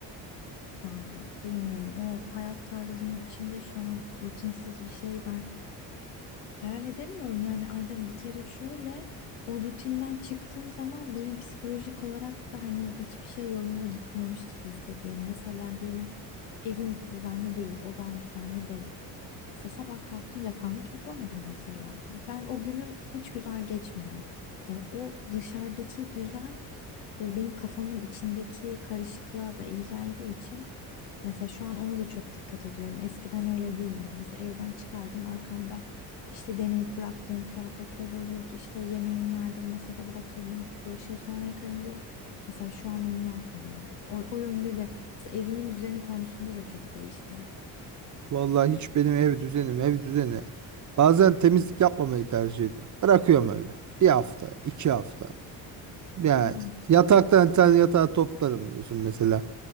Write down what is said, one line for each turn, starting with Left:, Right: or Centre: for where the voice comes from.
Left: Yani bilmiyorum o hayat tarzım içinde şu an rutinsiz bir şey ben Hayal edemiyorum yani Adem bir kere şöyle o rutinden çıktığım zaman benim psikolojik olarak da hani hiçbir şey yolunda gitmiyormuş gibi hissediyorum. Mesela diyelim evim düzenli değil, odam düzenli değil. Mesela sabah kalktım yatağımı toplamadım mesela. Ben o günüm hiç güzel geçmiyor. Yani o dışarıdaki düzen böyle benim kafamın içindeki karışıklığa da iyi geldiği için Mesela şu an ona da çok dikkat ediyorum. Eskiden öyle değildim. Mesela evden çıkardım arkamda işte deneyip bıraktığım kıyafetler olurdu. İşte yemeğimi yerdim, masada bırakırdım. Bulaşığı sonra yıkarım diye. Mesela şu an onu yapmıyorum. O, o yönde de mesela evimin düzeni konusunda da çok değişti.
Right: Vallahi hiç benim ev düzenim, ev düzeni. Bazen temizlik yapmamayı tercih ediyorum. Bırakıyorum öyle. Bir hafta, iki hafta. Yani
Left: Ya
Right: yataktan sen yatağı toplarım diyorsun mesela.